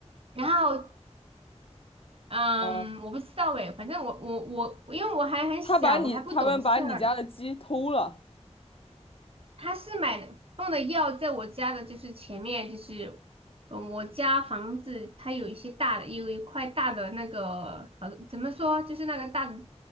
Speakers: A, on the right; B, on the left.
A: 然后，嗯，
B: 嗯
A: 我不知道诶，反正我我我，因为我还很小，
B: 他把你他们把你家的鸡偷了，
A: 我还不懂事儿，他是买的放的药在我家的，就是前面就是，嗯，我家房子它有一些大的，有一块大的那个，呃，怎么说，就是那个大的，